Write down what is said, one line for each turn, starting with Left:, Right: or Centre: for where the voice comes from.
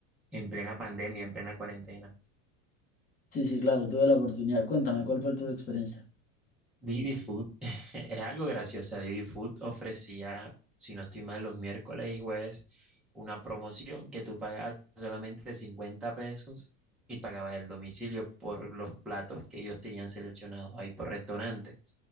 Centre: en plena pandemia, en plena cuarentena.
Left: Sí, sí, claro, tuve la oportunidad. Cuéntame, ¿cuál fue tu experiencia?
Centre: Didi Food <laughs> es algo gracioso. Didi Food ofrecía, si no estoy mal, los miércoles y jueves una promoción que tú pagabas solamente 50 pesos y pagabas el domicilio por los platos que ellos tenían seleccionados ahí por restaurante.